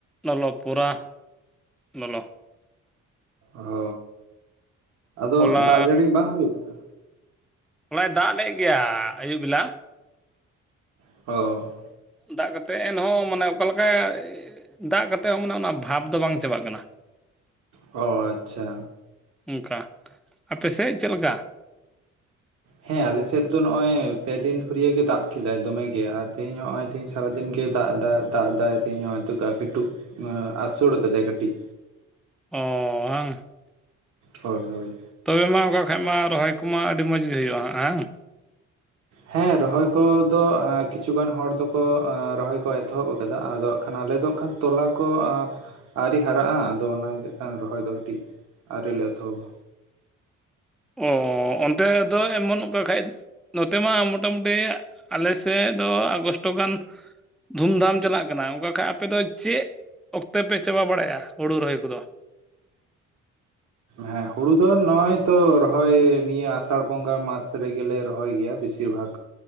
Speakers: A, in the centre; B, on the right.
A: ᱞᱚᱞᱚ ᱯᱩᱨᱟ ᱞᱚᱞᱚ
B: ᱚᱻ ᱟᱫᱚ
A: ᱦᱚᱞᱟ
B: ᱫᱟᱜ ᱡᱟᱹᱲᱤ ᱵᱟᱝ ᱦᱩᱭᱩ ᱟᱠᱟᱱᱟ᱾
A: ᱦᱚᱞᱟᱭ ᱫᱟᱜ ᱞᱮᱫ ᱜᱮᱭᱟ ᱟᱹᱭᱩᱵ ᱵᱮᱞᱟ
B: <unintelligible>
A: ᱫᱟᱜ ᱠᱟᱛᱮᱜ ᱮᱱᱦᱚᱸ ᱢᱟᱱᱮ ᱚᱠᱟᱞᱮᱠᱟᱭ ᱫᱟᱜ ᱠᱟᱛᱮᱫ ᱦᱚᱸ ᱢᱟᱱᱮ ᱚᱱᱟ ᱵᱷᱟᱵᱽ ᱫᱚ ᱵᱟᱝ ᱪᱟᱵᱟᱜ ᱠᱟᱱᱟ᱾
B: ᱚᱻ ᱟᱪᱷᱟ᱾
A: ᱚᱱᱠᱟ ᱟᱯᱮ ᱥᱮᱫ ᱪᱮᱫᱞᱮᱠᱟ?.
B: ᱦᱮᱸ ᱟᱞᱮᱥᱮᱫ ᱫᱚ ᱱᱚᱜᱼᱚᱭ ᱯᱮ ᱫᱤᱱ ᱫᱷᱚᱨᱤᱭᱟᱹ ᱜᱮ ᱫᱟᱜ ᱠᱮᱫᱟᱭ ᱫᱚᱢᱮᱜᱮ ᱟᱨ ᱛᱮᱦᱤᱧ ᱱᱚᱜᱼᱚᱭ ᱛᱦᱤᱧ ᱥᱟᱨᱟᱫᱤᱱ ᱜᱮᱭ ᱫᱟᱜ ᱮᱫᱟ ᱫᱟᱜ ᱮᱟᱭ ᱛᱮᱦᱤᱧ ᱱᱚᱜᱚᱭ ᱛ ᱠᱟᱹᱴᱩᱜ ᱚᱻ ᱟᱥᱩᱲ ᱠᱟᱫᱟᱭ ᱠᱟᱹᱴᱤᱡ
A: <unintelligible>
B: ᱦᱳᱭ ᱦᱳᱭ
A: ᱛᱚᱵᱮ ᱢᱟ ᱚᱱᱠᱟ ᱠᱷᱟᱱ ᱢᱟ ᱨᱚᱦᱚᱭ ᱠᱚᱢᱟ ᱟᱹᱰᱤ ᱢᱚᱡᱽ ᱜᱮ ᱦᱩᱭᱩᱜᱼᱟ ᱦᱟᱝ
B: ᱦᱮᱸ ᱨᱚᱦᱚᱭ ᱠᱚᱫᱚ ᱠᱤᱪᱷᱩᱜᱟᱱ ᱦᱚᱲ ᱫᱚᱠᱚ ᱨᱚᱦᱚᱭ ᱠᱚ ᱮᱛᱚᱦᱚᱵ ᱟᱠᱟᱫᱟ ᱟᱫᱚ ᱠᱷᱟᱱ ᱟᱞᱮᱚ ᱦ ᱠᱷᱟᱱ ᱛᱚᱞᱟ ᱠᱚ ᱟᱹᱣᱨᱤ ᱦᱟᱨᱟᱜᱼᱟ ᱟᱫᱚ ᱚᱱᱟᱜᱮ ᱦᱟᱸ ᱠᱷᱟᱱ ᱨᱚᱦᱚᱭ ᱫᱚ ᱠᱟᱹᱴᱤᱡ ᱟᱣᱨᱤ ᱞᱮ ᱮᱛᱚᱦᱚᱵᱼᱟ
A: ᱚ ᱚᱱᱛᱮ ᱫᱚ ᱮᱢᱚᱱ ᱚᱱᱠᱟ ᱠᱷᱟᱡ ᱱᱚᱛᱮ ᱢᱟ ᱢᱚᱴᱟᱢᱩᱴᱤ ᱟᱞᱮ ᱥᱮᱫ ᱫᱚ ᱟᱜᱚᱥᱴᱚ ᱜᱟᱱ ᱫᱷᱩᱢᱫᱷᱟᱢ ᱪᱟᱞᱟᱜ ᱠᱟᱱᱟ ᱚᱱᱠᱟ ᱠᱷᱟᱱ ᱟᱯᱮ ᱫᱚ ᱪᱮᱫ ᱚᱠᱛᱮ ᱯᱮ ᱪᱟᱵᱟ ᱵᱟᱲᱟᱭᱟ ᱦᱩᱲᱩ ᱨᱚᱦᱚᱭ ᱠᱚᱫᱚ
B: ᱦᱮᱸ ᱦᱩᱲᱩ ᱫᱚ ᱱᱚᱜᱚᱭ ᱛᱚ ᱨᱚᱦᱚᱭ ᱱᱤᱭᱟᱹ ᱟᱥᱟᱲ ᱵᱚᱸᱜᱟ ᱢᱟᱥ ᱨᱮᱜᱮ ᱨᱚᱦᱚᱭ ᱜᱮᱭᱟ ᱵᱤᱥᱤ ᱵᱤᱥᱤᱨ ᱵᱷᱟᱜᱽ